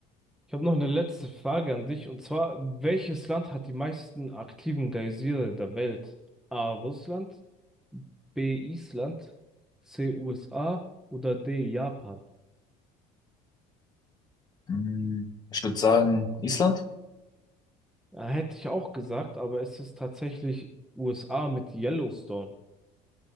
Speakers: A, in the centre; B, on the left.
A: Ich habe noch eine letzte Frage an dich und zwar, welches Land hat die meisten aktiven Geysire der Welt? A. Russland, B. Island, C. USA oder D. Japan?
B: Hm, Ich würde sagen, Island?
A: Ja, hätte ich auch gesagt, aber es ist tatsächlich USA mit Yellowstone.